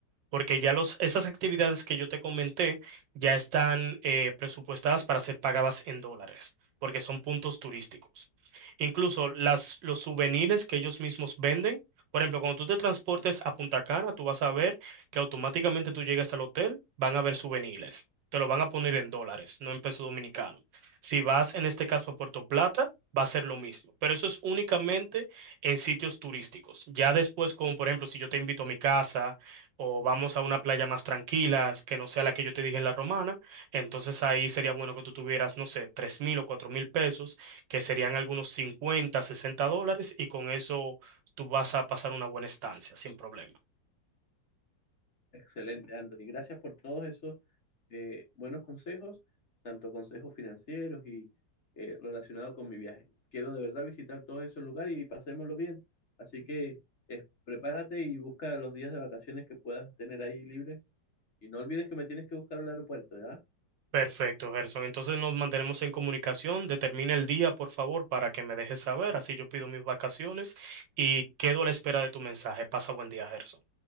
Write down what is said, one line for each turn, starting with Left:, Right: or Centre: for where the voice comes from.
Right: porque ya los, esas actividades que yo te comenté ya están eh, presupuestadas para ser pagadas en dólares, porque son puntos turísticos. Incluso las, los souvenirs que ellos mismos venden, por ejemplo, cuando tú te transportes a Punta Cana, tú vas a ver que automáticamente tú llegas al hotel, van a ver souvenirs. Te lo van a poner en dólares, no en peso dominicano. Si vas en este caso a Puerto Plata, va a ser lo mismo, pero eso es únicamente en sitios turísticos. Ya después, como por ejemplo, si yo te invito a mi casa, o vamos a una playa más tranquila, que no sea la que yo te dije en La Romana, entonces ahí sería bueno que tú tuvieras, no sé, tres mil o cuatro mil pesos, que serían algunos cincuenta sesenta dólares, y con eso tú vas a pasar una buena estancia, sin problema.
Left: Excelente, Anthony. Gracias por todos esos eh, buenos consejos, tanto consejos financieros y eh, relacionados con mi viaje. Quiero de verdad visitar todos esos lugares y pasémoslo bien. Así que eh, prepárate y busca los días de vacaciones que puedas tener ahí libres. Y no olvides que me tienes que buscar al aeropuerto, ¿ya?
Right: Perfecto, Gerson. Entonces nos mantenemos en comunicación. Determina el día, por favor, para que me dejes saber. Así yo pido mis vacaciones y quedo a la espera de tu mensaje. Pasa buen día, Gerson.